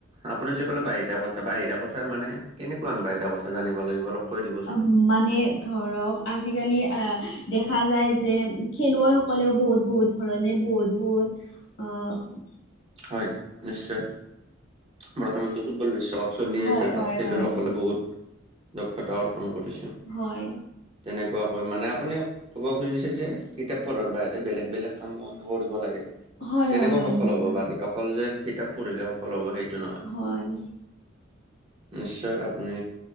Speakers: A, on the right; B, on the left.
A: আপুনি যে ক'লে বাহিৰা কথা বাহিৰা কথা মানে কেনেকুৱা বাহিৰা কথা জানিব লাগিব অলপ কৈ দিবচোন
B: উম মানে ধৰক আজিকালি দেখা যায় যে খেলুৱৈসকলেও বহুত বহুত ধৰনে বহুত বহুত আহ
A: হয় নিশ্চয়। বৰ্তমানটো ফুটবল বিশ্বকাপ চলি
B: হয়
A: আছে তাত
B: হয়
A: খেলুৱৈসকলে
B: হয়
A: বহুত দক্ষতা অৰ্পণ কৰিছে।
B: হয়
A: তেনেকুৱাকৈ মানে আপুনি কব খুজিছে যে কিতাপ পঢ়াৰ বাহিৰে বেলেগ বেলেগ কামো আমি কৰিব লাগে।
B: হয় হয়
A: তেনেকুৱা
B: হয়
A: সফল
B: নিশ্চয়
A: হব পাৰি, অকল যে কিতাপ পঢ়িলে সফল হব সেইটো নহয়।
B: হয়।
A: নিশ্চয় আপুনি